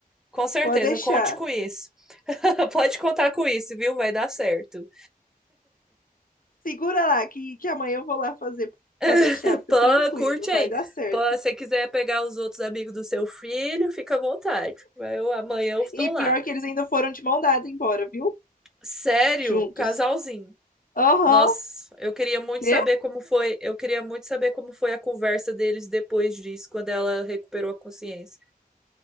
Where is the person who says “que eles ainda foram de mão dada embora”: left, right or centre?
Left